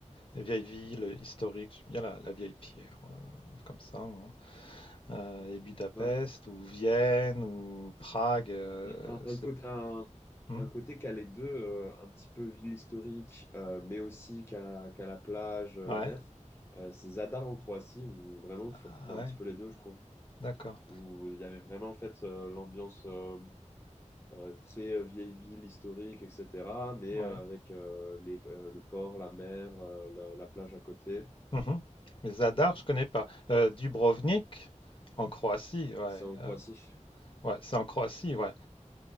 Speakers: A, on the left; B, on the left.
A: les vieilles villes historiques, j'aime bien la, la vieille pierre, euh, comme ça. hein. Euh, et Budapest,
B: ouais.
A: ou Vienne, ou Prague. euh,
B: Mais un, un
A: c'est...
B: côté, un,
A: Hmm,
B: un côté qui a les deux, euh, un petit peu ville historique, euh, mais aussi qu'à qu'à la plage, euh,
A: ouais,
B: la mer. Euh, c'est Zadar en Croatie, où vraiment
A: ah
B: tu retrouves un
A: ouais,
B: petit peu les deux, je trouve.
A: d'accord.
B: Où il y avait vraiment en fait euh, l'ambiance euh, euh, très euh, vieille ville historique, etc. Mais
A: Ouais.
B: euh, avec euh, les, euh, le port, la mer, euh, la, la plage à côté.
A: Mhm. Mais Zadar, je connais pas. Euh, Dubrovnik, en Croatie, ouais.
B: C'est en Croatie.
A: euh, ouais, c'est en Croatie, ouais.